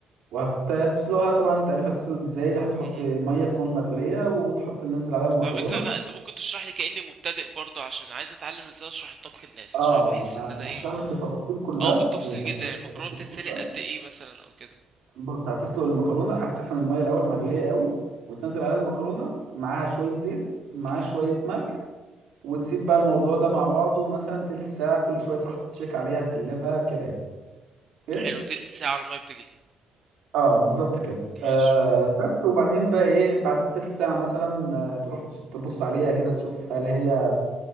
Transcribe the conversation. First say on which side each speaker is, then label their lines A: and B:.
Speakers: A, on the right; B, on the right.
A: وهتسلقها طبعا انت عارف هتسلق ازاي هتحط
B: مهم.
A: ميه تكون مغليه وتحط تنزل عليها المكرونه
B: على فكره لا انت ممكن تشرح لي كاني مبتدئ برضه عشان عايز اتعلم ازاي اشرح الطبخ للناس
A: اه
B: عشان بحس
A: ما انا
B: ان انا
A: انا
B: ايه
A: هشرح لك بالتفاصيل كلها
B: اه بالتفصيل
A: ماشي
B: جدا
A: هشرح لك
B: يعني
A: التفاصيل
B: المكرونه بتتسلق
A: كلها
B: قد ايه مثلا او كده
A: بص هتسلق المكرونه هتسخن الميه الاول مغليه قوي وتنزل عليها المكرونه معاها شويه زيت معاها
B: مهم.
A: شويه ملح وتسيب بقى الموضوع ده مع بعضه مثلا تلت ساعه كل شويه تروح تتشيك عليها تقلبها كده يعني اوكي
B: حلو تلت ساعه على الميه بتجلي
A: اه بالظبط كده آه
B: ماشي
A: بس وبعدين بقى ايه بعد التلت ساعه مثلا آه تروح تش- تبص عليها كده تشوف هل هي